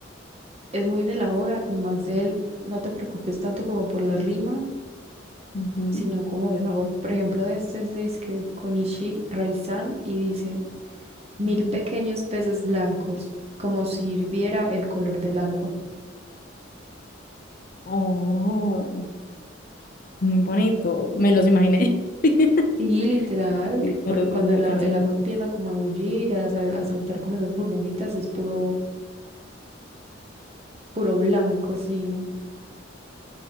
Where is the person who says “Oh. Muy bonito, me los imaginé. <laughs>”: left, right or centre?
Left